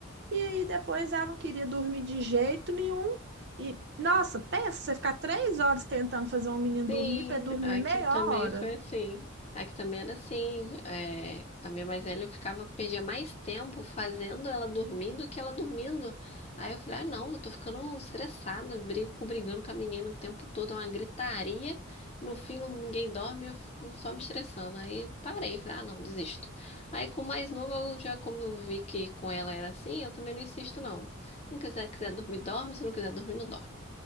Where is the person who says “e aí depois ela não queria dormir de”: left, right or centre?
Right